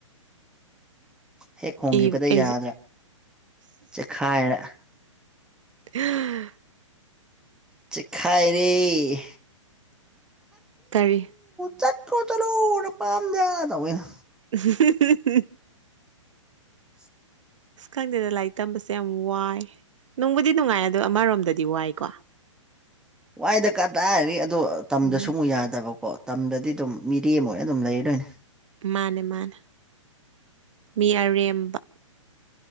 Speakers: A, in the centre; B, on the right.
A: ꯍꯦꯛ ꯍꯣꯡꯈꯤꯕꯗ
B: ꯏꯕ ꯑꯦꯛꯖꯥ
A: ꯌꯥꯗ꯭ꯔꯥ ꯆꯦꯛꯈꯥꯏꯔꯦ
B: <unintelligible>
A: ꯆꯦꯛꯈꯥꯏꯔꯦ
B: ꯀꯔꯤ
A: ꯆꯠꯇ꯭ꯔꯣ ꯆꯠꯂꯣ ꯅꯥꯄꯥꯝꯗ ꯇꯧꯕꯩꯗꯣ
B: <unintelligible>
A: <inaudible>
B: ꯑꯁ ꯈꯪꯗꯦꯗ ꯂꯥꯏꯔꯤꯛ ꯇꯝꯕꯁꯦ ꯌꯥꯝ ꯋꯥꯏ ꯅꯨꯡꯕꯨꯗꯤ ꯅꯨꯡꯉꯥꯏ ꯑꯗꯣ ꯑꯃꯔꯣꯝꯗꯗꯤ ꯋꯥꯏꯀꯣ
A: ꯋꯥꯏꯗ ꯀꯗꯥꯏꯗꯩ ꯑꯗꯣ ꯇꯝꯗ
B: ꯎꯝ
A: ꯁꯨ ꯃꯨꯛ ꯌꯥꯗꯕꯀꯣ ꯇꯝꯗꯗꯤ ꯑꯗꯨꯝ ꯃꯤꯔꯤ ꯑꯃ ꯑꯗꯨꯝ ꯂꯩꯗꯣꯏꯅꯦ
B: ꯃꯥꯅꯦ ꯃꯥꯅꯦ ꯃꯤ ꯑꯔꯦꯝꯕ